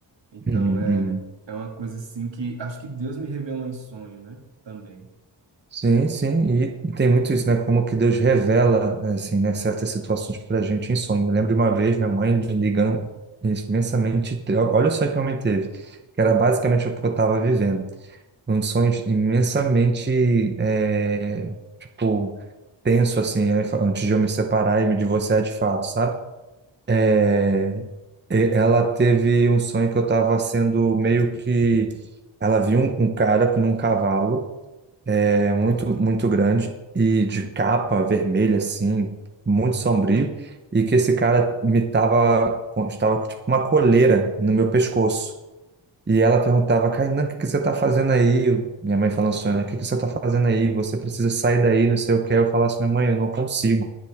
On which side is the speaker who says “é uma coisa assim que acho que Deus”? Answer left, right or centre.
Right